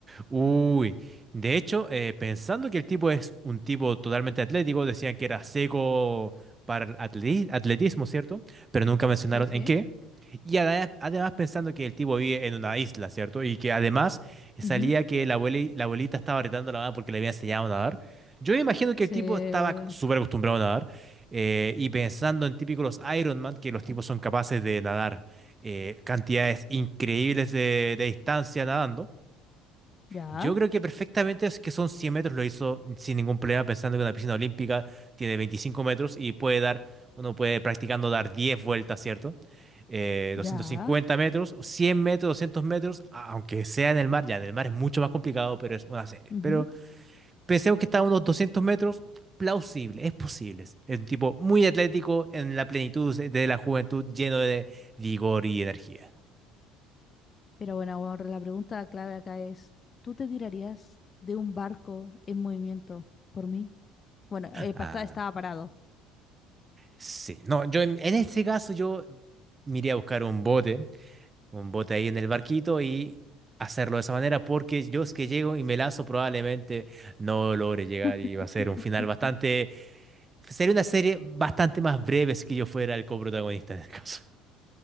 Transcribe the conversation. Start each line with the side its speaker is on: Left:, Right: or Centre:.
Right: Uy, de hecho, eh, pensando que el tipo es un tipo totalmente atlético, decían que era seco para el atleti- atletismo, ¿cierto? Pero nunca mencionaron
Left: Sí, sí.
Right: en qué. Y ada- además pensando que el tipo vive en una isla, ¿cierto? Y que además salía
Left: Ujú.
Right: que la abueli- la abuelita estaba retando a la mamá porque le había enseñado a nadar. Yo imagino que
Left: Se-
Right: el tipo estaba súper acostumbrado a nadar. eh, y pensando en típicos los Iron Man, que los tipos son capaces de nadar eh, cantidades increíbles de de distancia nadando.
Left: Ya,
Right: Yo creo que perfectamente es que son 100 metros, lo hizo sin ningún problema, pensando que una piscina olímpica tiene 25 metros y puede dar, uno puede practicando dar 10 vueltas, ¿cierto? Eh, doscientos
Left: ya.
Right: cincuenta metros, 100 metros, 200 metros, a- aunque sea en el mar, ya en el mar es mucho más complicado, pero es una serie.
Left: ujú.
Right: Pero pensemos que está a unos 200 metros, plausible, es posible. Es un tipo muy atlético en la plenitud de de la juventud, lleno de vigor y energía.
Left: Pero bueno, ahora la pregunta clave acá es, ¿tú te tirarías de un barco en movimiento por mí? Bueno, eh, pa-
Right: Ah.
Left: estaba parado.
Right: Sí, no, yo en, en este caso yo me iría a buscar un bote, un bote ahí en el barquito y hacerlo de esa manera porque yo es que llego y me lanzo probablemente no logre llegar
Left: <laughs>
Right: y va a ser un final bastante, sería una serie bastante más breve si que yo fuera el coprotagonista en el caso. <laughs>